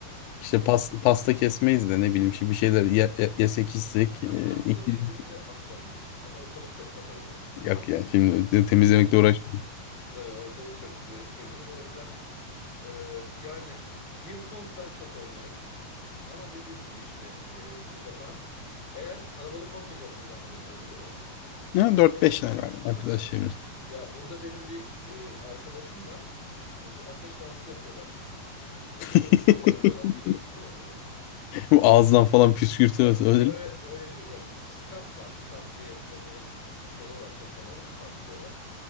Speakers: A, on the left; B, in the centre.
A: işte pas, pasta kesmeyiz de ne bileyim işte bir şeyler ye- ye- yesek içsek. e,
B: Ya pas
A: iki-
B: birbirinize atılabilir. Ama ortalık çok batar o zaman da.
A: yok yani şimdi temizlemekle
B: <laughs>
A: uğraşmayalım.
B: Tabii, Ortalık çok kirle- kirlenir. O yüzden e, yani bir pong ben çok oynarım. Ama dediğim gibi işte e, suyla falan. Eğer kalabalık olmayacaksınız anladığım kadarıyla değil mi?
A: Ne
B: Kendi
A: dört
B: aranızda.
A: beşler var arkadaş
B: Ha.
A: çevresi.
B: Ya burada benim bir e, arkadaşım var. E, bu ateş dansı yapıyorlar. E, sopaların
A: <laughs>
B: ucunu yakıyorlar. Biliyorsun değil mi onları?
A: Bu ağızdan falan püskürtmesi
B: Yok
A: öyle.
B: öyle, öyle değil yok. Staff var. Staff diye onların şeyleri var sopaları. Staff diyorlar.